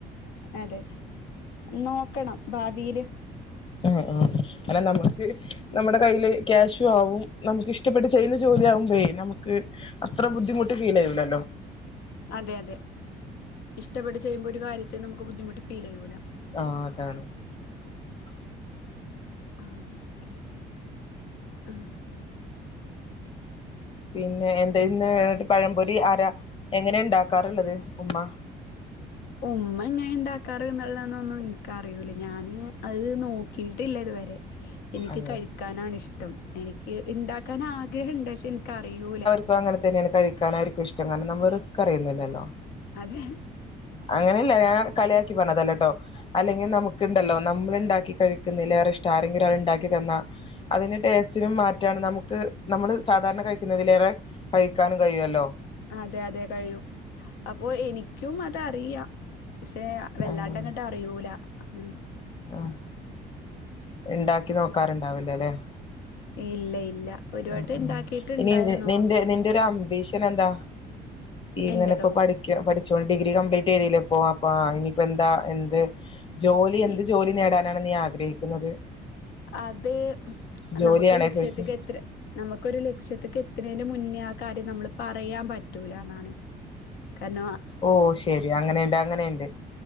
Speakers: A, on the left; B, on the left.
A: അതെ നോക്കണം ഭാവിൽ
B: ആഹ് ആഹ് അല്ലെ നമ്മക്ക് നമ്മുടെ കയ്യില് ക്യാഷും ആവും നമുക്ക് ഇഷ്ടപ്പെട്ട് ചെയ്യുന്ന ജോലി ആകുമ്പേ നമുക്ക് അത്ര ബുദ്ധിമുട്ട് ഫീലേയ്യൂലല്ലോ
A: അതെ അതെ ഇഷ്ട്ടപ്പെട്ട് ചെയ്യുമ്പോ ഒരു കാര്യത്തെ നമുക്ക് ബുദ്ധിമുട്ട് ഫീൽ ചെയ്യൂല
B: ആഹ് അതാണ്
A: അങ്ങനെ ഒക്കെണ് ആഹ്
B: പിന്നെ എന്തേ ഇന്ന് വീ പഴംപൊരി ആരാ എങ്ങനെ ഉണ്ടാക്കാറ് ഒള്ളത് ഉമ്മ
A: ഓഹ് ഉമ്മ എങ്ങേ ഇണ്ടാക്കാറ് എന്ന് ഒള്ളത് ഒന്നും ഒന്നും എനിക്ക് അറിയൂലേ ഞാനീ അത് നോക്കിയിട്ടില്ല ഇതുവരെ എനിക്ക്
B: അതെ
A: കഴിക്കാനാണ് ഇഷ്ടം എനിക്ക് ഇണ്ടാക്കാൻ ആഗ്രഹം എണ്ട് പക്ഷെ എനിക്ക് അറിയൂല
B: ഇപ്പ അങ്ങനത്തെന്നെയാണ് കഴിക്കാനായിരിക്കും ഇഷ്ടം കാരണം നമ്മള് റിസ്ക് അറിയുന്ന് ഇല്ലല്ലോ
A: അതെ
B: അങ്ങനെയല്ല ഞാൻ കളിയാക്കി പറഞ്ഞതല്ലേട്ടോ അല്ലെങ്കിൽ നമുക്ക് ഇണ്ടല്ലോ നമ്മൾ ഇണ്ടാക്കി കഴിക്കുന്നയില് ഏറെ ഇഷ്ടം ആരെങ്കിലും ഒരാൾ ഇണ്ടാക്കി തന്നാ അതിന്റെ ടേസ്റ്റിനും മാറ്റാണ് നമുക്ക് നമ്മള് സാധാരണ കഴിക്കുന്നതിലേറെ കയിക്കാനും കയ്യുവല്ലോ
A: അതെ അതെ കഴിയും അപ്പൊ എനിക്കും അതറിയാം പക്ഷെ വെല്ലാണ്ടങ്ങോട്ട്
B: അങ്ങനെ
A: അറിയൂല അങ്ങനെ
B: ആഹ് എണ്ടാക്കി നോക്കാറുണ്ടാവൂല അല്ലെ
A: ഇല്ല ഇല്ല ഒരുവട്ടം
B: ഉം ഉം
A: ഇണ്ടാക്കിട്ടുണ്ടായിരുന്നു
B: ഇനി നിന്റെ
A: അപ്പൊ
B: നിന്റെ ഒരു അംബീഷൻ എന്താ ഇങ്ങനെപ്പൊ
A: എന്റതോ
B: പഠി ക്കിയ പഠിച്ചോണ്ട് ഡിഗ്രി കംപ്ലീറ്റ് ചെയ്തില്ല ഇപ്പോ അപ്പ ഇനിപ്പോ എന്താ എന്ത് ജോലി എന്ത്
A: ഈ
B: ജോലി നേടാനാണ് നീ ആഗ്രഹിക്കുന്നത്
A: അത്
B: ജോലിയാണേ
A: നമുക്ക് ലക്ഷ്യത്തക്ക്
B: ചോദിച്ചു
A: എത്ര നമുക്കരു ലക്ഷ്യത്തക്ക് എത്തുന്നതിന് മുന്നേ ആ കാര്യം നമ്മള് പറയാൻ പറ്റൂലന്നാണ് കണോ
B: ഓഹ് ശരി അങ്ങനെയുണ്ട് അങ്ങനെയുണ്ട്